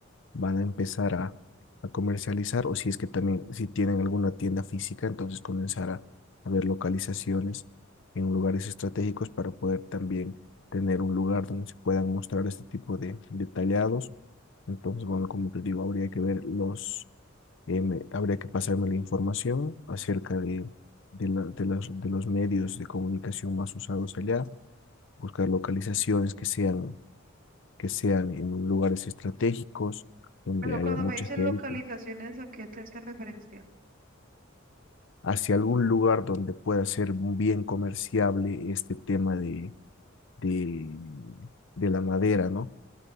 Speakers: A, on the left; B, on the right.
A: van a empezar a, a comercializar o si es que también, si tienen alguna tienda física, entonces comenzar a, a ver localizaciones en lugares estratégicos para poder también tener un lugar donde se puedan mostrar este tipo de detallados. Entonces, bueno, como te digo, habría que ver los, eh, me- habría que pasarme la información acerca de, de, la- de las- de los medios de comunicación más usados allá, buscar localizaciones que sean que sean en lugares estratégicos, donde
B: Pero
A: haya
B: cuando
A: mucha
B: me dicen
A: gente,
B: localizaciones, ¿a qué te hace referencia?
A: hacia algún lugar donde pueda ser bien comerciable este tema de, de, de la madera, ¿no?